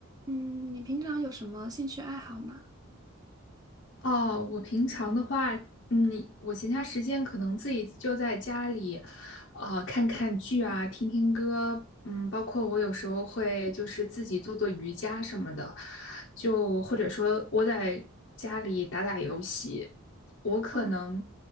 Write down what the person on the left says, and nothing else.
哦，我平常的话，嗯，我闲暇时间可能自己就在家里，呃，看看剧啊，听听歌，嗯，包括我有时候会就是自己做做瑜伽什么的，就或者说窝在家里打打游戏，我可能